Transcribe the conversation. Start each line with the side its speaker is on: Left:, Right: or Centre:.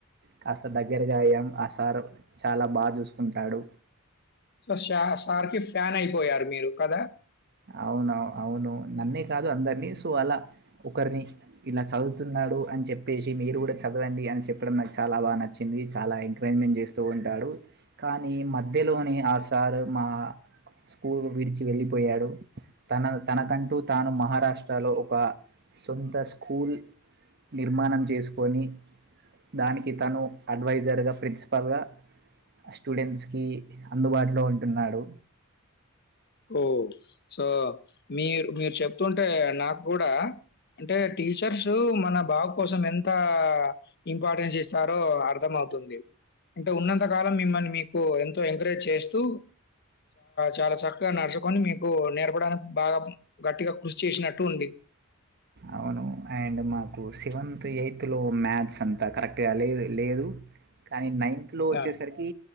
Right: కాస్త దగ్గరగా అయ్యాం ఆ సార్ చాలా బా చూసుకుంటాడు
Left: స సార్ సార్ కి ఫ్యాన్ అయిపోయారు మీరు కదా
Right: అవునా అవును నన్నే కాదు అందరినీ సో అలా ఒకరిని ఇలా చదువుతున్నాడు అన్ చెప్పేసి మీరు కూడా చదవండి అని చెప్పడం నాకు చాలా బాగా నచ్చింది చాలా ఎంకరేజ్మెంట్ చేస్తూ ఉంటాడు కానీ మధ్యలోనే ఆ సార్ మా స్కూల్ విడిచి వెళ్ళిపోయాడు తన తనకంటూ తాను మహారాష్ట్ర లో ఒక సొంత స్కూల్ నిర్మాణం చేసుకొని దానికి తను అడ్వైజర్ గా ప్రిన్సిపాల్ గా స్టూడెంట్స్ కి అందుబాటులో ఉంటున్నాడు
Left: ఓ సో మీరు మీరు చెప్తుంటే నాకు కూడా అంటే టీచర్స్ మన బాగు కోసం ఎంత ఇంపార్టెన్స్ ఇస్తారో అర్థం అవుతుంది అంటే ఉన్నంత కాలం మిమ్మల్ని మీకు ఎంతో ఎంకరేజ్ చేస్తూ చాలా చక్కగా నడుచుకొని మీకు నేర్పడానికి బాగా గట్టిగా కృషి చేసినట్టు ఉంది
Right: అవును అండ్ మాకు సెవెంత్ ఎయిత్లో మ్యాథ్స్ అంతా కరెక్ట్గా లేదు లేదు కానీ నైన్త్ లో వచ్చేసరికి
Left: ఆ,